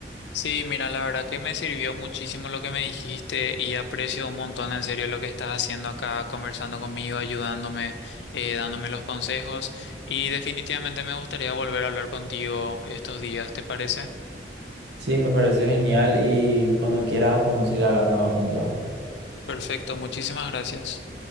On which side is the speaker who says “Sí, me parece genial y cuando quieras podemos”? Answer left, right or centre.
Right